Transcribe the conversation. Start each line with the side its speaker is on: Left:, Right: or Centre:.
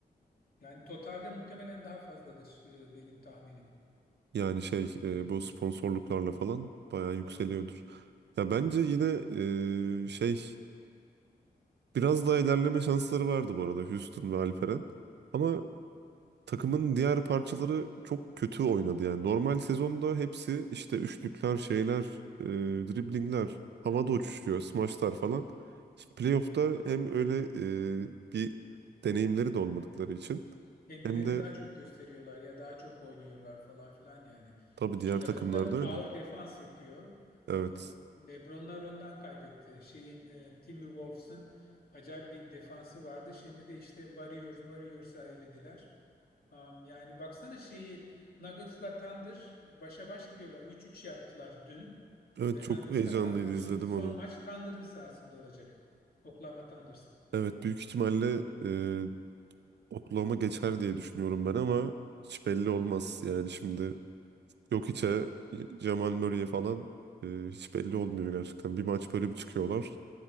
Left: Yani totalde muhtemelen daha fazladır e, benim tahminim.
Right: Yani şey
Left: Hmm.
Right: e, bu sponsorluklarla falan bayağı yükseliyordur.
Left: Evet.
Right: Ya bence yine e, şey Biraz daha ilerleme şansları vardı bu arada Houston ve Alperen. Ama takımın diğer parçaları çok kötü oynadı yani. Normal sezonda hepsi işte üçlükler, şeyler, e, driblingler, havada uçuşuyor, smaçlar falan. Şimdi playoff'ta hem öyle e, bir deneyimleri de olmadıkları için
Left: kendilerini
Right: hem de
Left: daha çok gösteriyorlar ya daha çok oynuyorlar falan filan yani.
Right: tabii
Left: İki
Right: diğer
Left: takım
Right: takımlarda
Left: da
Right: öyle.
Left: ağır defans yapıyor.
Right: Evet.
Left: Ee, LeBronlar ondan kaybetti. Şeyin e, Timberwolves'ın acayip bir defansı vardı. Şimdi de işte Warriors Warriors'a elediler. Am, yani baksana şeyi Nuggets'la Thunder başa baş gidiyorlar. 3-3 yaptılar dün.
Right: Evet
Left: E,
Right: çok
Left: Nuggets
Right: heyecanlıydı
Left: kazandı.
Right: izledim
Left: Şimdi son
Right: onu.
Left: maç Thunder'ın sahasında olacak. Oklahoma Thunders.
Right: Evet büyük ihtimalle e, Oklahoma geçer diye düşünüyorum ben ama hiç belli olmaz yani şimdi Yok içe Jamal Murray'e falan e, hiç belli olmuyor gerçekten. Bir maç böyle bir çıkıyorlar.